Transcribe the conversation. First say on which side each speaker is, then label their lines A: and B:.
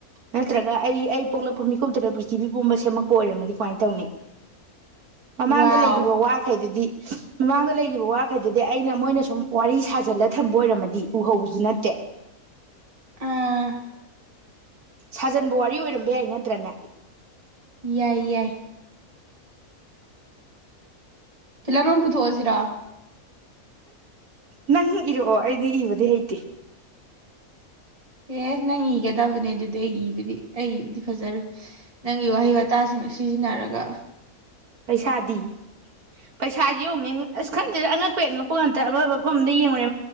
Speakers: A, on the right; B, on the right.
A: ꯅꯠꯇ꯭ꯔꯒ ꯑꯩ ꯑꯩ ꯄꯣꯛꯂꯛꯄ ꯃꯤꯀꯨꯞꯗꯨꯗ ꯄ꯭ꯔꯤꯊꯤꯕꯤ ꯄꯨꯝꯕ ꯁꯦꯝꯃꯛꯄ ꯑꯣꯏꯔꯝꯃꯗꯤ ꯀꯃꯥꯏꯅ ꯇꯧꯅꯤ ꯃꯃꯥꯡꯗ
B: ꯋꯥꯎ
A: ꯂꯩꯈꯤꯕ ꯋꯥꯈꯩꯗꯨꯗꯤ ꯃꯃꯥꯡꯗ ꯂꯩꯈꯤꯕ ꯋꯥꯈꯩꯗꯗꯤ ꯑꯩꯅ ꯃꯣꯏꯅ ꯁꯨꯝ ꯋꯥꯔꯤ ꯁꯥꯖꯤꯜꯂ ꯊꯝꯕ ꯑꯣꯏꯔꯝꯃꯗꯤ ꯎꯍꯧꯕꯁꯨ ꯅꯠꯇꯦ
B: ꯑꯥ
A: ꯁꯥꯖꯟꯕ ꯋꯥꯔꯤ ꯑꯣꯏꯔꯝꯕ ꯌꯥꯏ ꯅꯠꯇ꯭ꯔꯅꯦ
B: ꯌꯥꯏ ꯌꯥꯏ ꯐꯤꯂ ꯃ ꯄꯨꯊꯣꯛꯑꯣ ꯁꯤꯔꯥ
A: ꯅꯪ ꯏꯔꯛꯑꯣ ꯑꯩꯗꯤ ꯏꯕꯗꯤ ꯍꯩꯇꯦ
B: ꯑꯦ ꯅꯪ ꯏꯒꯗꯕꯅꯦ ꯑꯗꯨꯗꯤ ꯑꯩ ꯏꯕꯨꯗꯤ ꯑꯩ ꯏꯕꯨꯗꯤ ꯐꯖꯔꯦ ꯅꯪꯒꯤ ꯋꯥꯍꯩ ꯋꯥꯇꯥꯁꯤꯡꯅ ꯁꯤꯖꯤꯟꯅꯔꯒ
A: ꯄꯩꯁꯥꯗꯤ ꯄꯩꯁꯥꯗꯤ ꯌꯦꯡꯉꯅꯤ ꯑꯁ ꯈꯪꯗꯦꯗ ꯑꯉꯛꯄ ꯑꯉꯛꯄ ꯉꯇ ꯑꯃ ꯃꯐꯝ ꯑꯃꯗ ꯌꯦꯡꯉꯨꯔꯦ